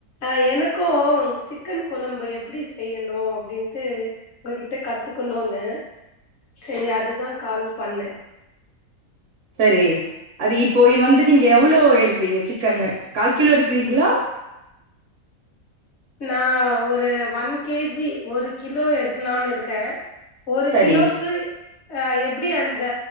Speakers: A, on the left (about 60°); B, on the right (about 70°).
A: ஆ எனக்கு சிக்கன் கொழம்பு எப்டி செய்யணு அப்டின்ட்டு உங்ககிட்ட க த்துக்கணுனு சரி அதுதான் கால் பண்ண
B: சரி அது இப்போ வந்து நீங்க எவ்ளோ எடுக்குறீங்க சிக்கன் கால் கிலோ எடுக்குறீங்ளா
A: நா ஒரு ஒன் கேஜி ஒரு கிலோ எடுக்கலான் இருக்கே ஒரு
B: சரி
A: கிலோக்கு ஆ எப்டி அந்த